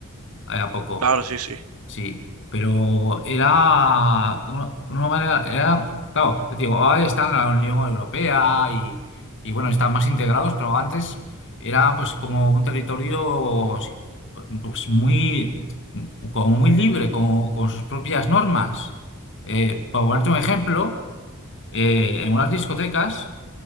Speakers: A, on the left (about 60°); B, on the right (about 80°).
A: Era poco.
B: Claro, sí, sí.
A: Sí, pero era una, una manera, era, claro, te digo, ahora están en la Unión Europea y, y, bueno, están más integrados, pero antes era pues como un territorio sí, pues muy, como muy libre, con, con sus propias normas. Eh, por ponerte un ejemplo, eh, en unas discotecas